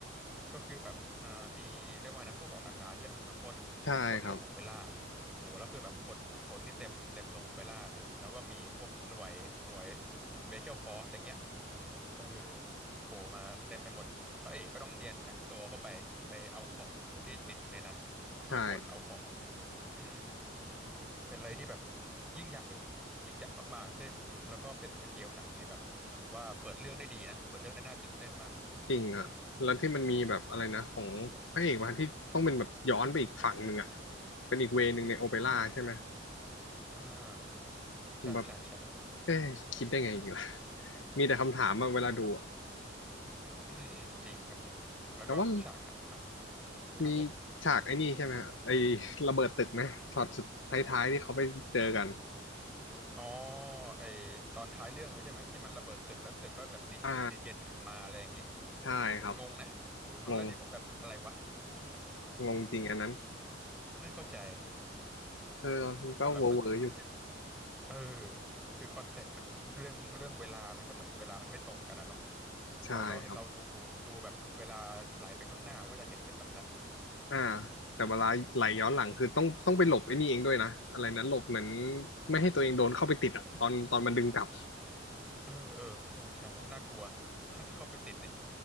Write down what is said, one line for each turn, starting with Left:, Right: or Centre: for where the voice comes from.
Centre: ก็คือแบบอ่ามีเรียกว่านะผู้ก่อการร้ายใช่ป่ะมาปล้น
Left: ใช่ครับ
Centre: ปล้นโรงโอเปร่าโหแล้วคือแบบคนคนนี่เต็มเต็มโรงโอเปร่าเลยแล้วก็มีพวกหน่วยหน่วยสเปเชียลฟอร์สอย่างเงี้ยเออโผล่มาเต็มไปหมดพระเอกก็ต้องเนียนแฝงตัวเข้าไปไปเอาของที่ติดอยู่ในนั้นช่วยคนเอาของ
Left: ใช่
Centre: อืมเป็นอะไรที่แบบยิ่งใหญ่ยิ่งใหญ่มากๆที่แล้วก็เป็นสเกลหนังที่แบบผมว่าเปิดเรื่องได้ดีนะเปิดเรื่องได้น่าตื่นเต้นมาก
Left: จริงอ่ะแล้วที่มันมีแบบอะไรนะของพระเอกมาที่ต้องเป็นแบบย้อนไปอีกฝั่งหนึ่งอ่ะเป็นอีกเวย์หนึ่งในโอเปร่าใช่ไหม
Centre: อ่าใช่ใช่ใช่
Left: ผมแบบเอ้ย คิดได้ไงอีกล่ะ <laughs> มีแต่คำถามอะเวลาดูอะ
Centre: อืมอืมจริงครับจริงแล้วก็ฉากถัดมา
Left: แต่ว่า
Centre: ครับผม
Left: มีฉากไอ้นี่ใช่ไหมฮะไอ้ระเบิดตึกนะช็อตสุดท้ายๆที่เขาไปเจอกัน
Centre: อ๋อไอตอนท้ายเรื่องเลยใช่ไหมที่มันระเบิดตึกแล้วตึกก็แบบรีรีเจนกลับมาอะไรอย่างงี้
Left: อ่าใช่ครับ
Centre: งงนะดูครั้งแรกนี่ผมแบบอะไรวะ
Left: งง
Centre: <laughs>
Left: งงจริงอันนั้น
Centre: ไม่เข้าใจ
Left: เออก็เวอร์เวอร์อยู่
Centre: ว่าแบบมันมันอยู่เออคือคอนเซปต์มันเรื่องเรื่องเวลามันก็เหมือนเวลามันไม่ตรงกันนะเนาะ
Left: ใช่ครับ
Centre: เราเราเราดูดูแบบเวลาไหลไปข้างหน้าเราก็จะเห็นเป็นแบบนั้น
Left: อ่าแต่เวลาไหลย้อนหลังคือต้องต้องไปหลบไอ้นี่เองด้วยนะอะไรนั้นหลบเหมือนไม่ให้ตัวเองโดนเข้าไปติดอะตอนตอนมันดึงกลับ
Centre: เออเออใช่ใช่น่ากลัว <laughs> ถ้าเข้าไปติดเนี่ย